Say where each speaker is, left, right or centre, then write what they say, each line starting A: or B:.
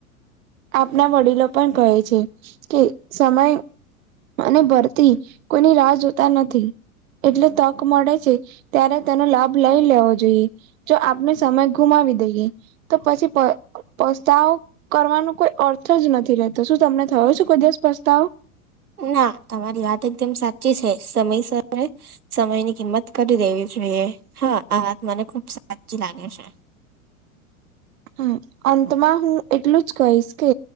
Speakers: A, on the right; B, on the right.
A: આપના વડીલો પણ કહે છે, કે સમય અને ભરતી કોઈની રાહ જોતા નથી એટલે તક મળે છે, ત્યારે તેનો લાભ લઈ લેવો જોઈએ જો આપને સમય ગુમાવી દઈએ તો પછી પ પસ્તાવ કરવાનું કોઈ અર્થ જ નથી રહેતો શું તમને થયો છે, કોઈ દેશ પ્રસ્તાવ?
B: ના તમારી વાત એકદમ સાચી છે, સમય સરે સમયની કિંમત કરી દેવી જોઈએ હા આ વાત મને ખુબ સાચી લાગે છે.
A: હા અંતમાં હું એટલું જ કહીશ કે